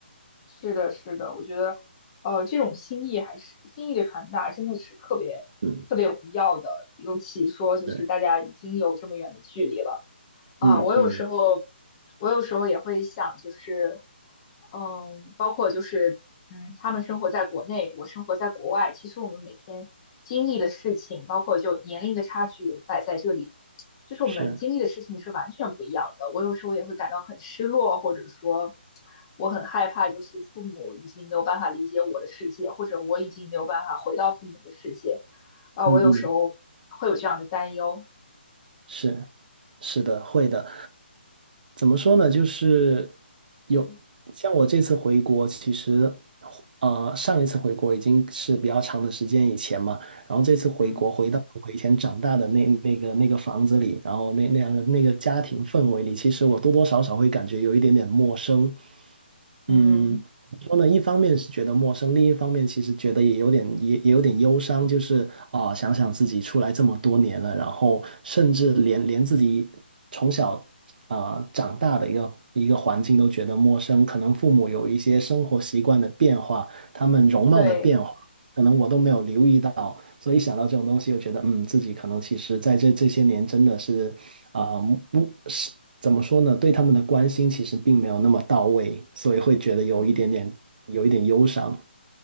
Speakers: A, on the left; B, on the right.
A: 是的，是的，我觉得，呃，这种心意还是心意的传达，真的是特别特别有必要的。
B: 嗯，
A: 尤其说就是大家已经有这么远的距离了，
B: 对，
A: 啊，
B: 嗯嗯，
A: 我有时候，我有时候也会想，就是，嗯，包括就是，嗯，他们生活在国内，我生活在国外，其实我们每天经历的事情，包括就年龄的差距也摆在这里，就是我们经历的事情是完全不一样的。
B: 是，
A: 我有时候也会感到很失落，或者说我很害怕，就是父母已经没有办法理解我的世界，或者我已经没有办法回到父母的世界，啊，
B: 嗯嗯。
A: 我有时候会有这样的担忧。
B: 是，是的，会的。怎么说呢？就是有像我这次回国，
A: 嗯
B: 其实呃上一次回国已经是比较长的时间以前嘛，然后这次回国回到我以前长大的那那个那个房子里，
A: 嗯。
B: 然后那那样的那个家庭氛围里，其实我多多少少会感觉有一点点陌生。嗯，
A: 嗯。
B: 怎么说呢，一方面是觉得陌生，另一方面其实觉得也有点也也有点忧伤，就是啊、想想自己出来这么多年了，然后甚至连连自己从小啊、呃长大的一个一个环境都觉得陌生，可能父母有一些生活习惯的变化，他们容貌的变化，
A: 对，
B: 可能我都没有留意到，所以一想到这种东西，又觉得嗯，自己可能其实在这这些年真的是啊、不是怎么说呢？对他们的关心其实并没有那么到位，所以会觉得有一点点有一点忧伤。
A: 嗯。